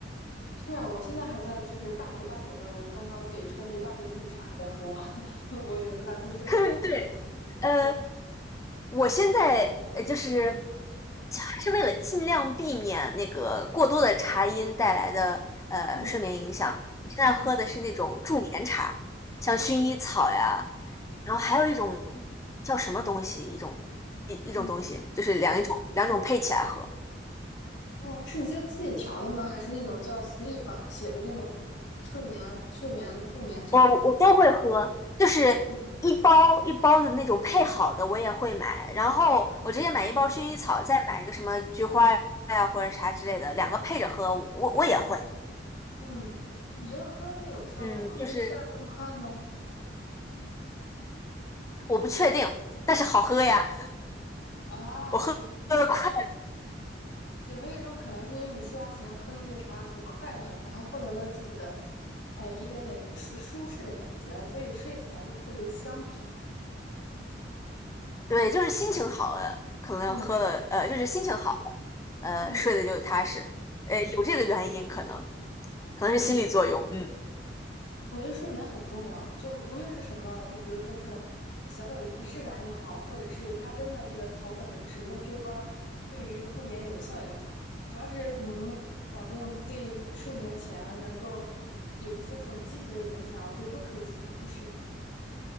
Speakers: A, on the left; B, on the left.
A: 是啊，我现在还在就是大口大口的，刚刚自己冲了一大杯绿茶还在喝呢，<laughs> 我也不担心睡不着。
B: <laughs> 对，呃，我现在呃就是
A: 嗯
B: 还是为了尽量避免那个过多的茶因带来的呃睡眠影响，
A: 嗯
B: 我现在喝的是那种助眠茶，
A: 嗯，
B: 像薰衣草呀，
A: 哦
B: 然后还有一种叫什么东西，
A: 嗯
B: 一种一一种东西，
A: 嗯。
B: 就是两一种两种配起来喝，
A: 哦，是你在自己调的吗？还是那种叫 sleep 写着那种呃睡眠睡眠助眠茶？
B: 我我都会喝，就是一包一包的那种配好的我也会买，
A: 嗯
B: 然后我直接买一包薰衣草，
A: 嗯
B: 再买一个什么菊花呀或者啥之类的，两个配着喝，我我也会。
A: 嗯，你觉得喝它有效果吗？
B: 嗯，就是
A: 会睡得更快吗？
B: 我不确定，但是好喝呀，
A: 嗯啊，
B: 我喝喝的快，
A: 有没有一种可能是因为你睡觉前喝了这个茶很快乐，然后获得了自己的哎一点点是舒适的感觉，所以睡起来就特别的香甜？
B: 对，就是心情好了，可能喝了呃，
A: 嗯
B: 就是心情好了，呃，
A: 嗯
B: 睡得就踏实，呃，有这个原因可能可能是心理作用，
A: 嗯。
B: 嗯。
A: 我觉得睡眠很重要，就无论是什么，就比如说这种小小的仪式感也好，或者是它真的这个草本的植物配方儿对于助眠有效也好，只要是能保证对睡眠前能够有一些这种积极的影响，我觉得都可以去尝试。